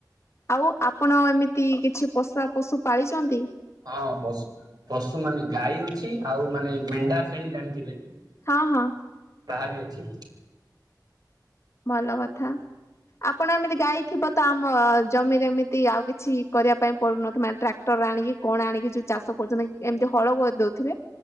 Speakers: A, on the left; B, on the right.
A: ଆଉ ଆପଣ ଏମିତି କିଛି ପଷା ପଶୁ ପାଳିଚନ୍ତି?
B: ହଁ ପଶ୍ ପଶୁ ମାନେ ଗାଈ ଅଛି ଆଉ ମାନେ ମେଣ୍ଢା, ଛେଳି ଜାଣିିଥିବେ?
A: ହଁ ହଁ।
B: ତାହା ବି ଅଛି।
A: ଭଲ କଥା। ଆପଣ ଏମିତି ଗାଈ ଥିବ ତ ଆମ ଜମିରେ ଏମିତି ଆଉ କିଛି କରିଆ ପାଇଁ ପଡୁନ ଥିବ ମାନେ ଟ୍ରାକ୍ଟର? ର ଆଣିକି କଣ ଆଣିକି ଯୋଉ ଚାଷ କରୁଚନ୍ତି ଏମିତି ହଳ କରିଦଉଥିବେ?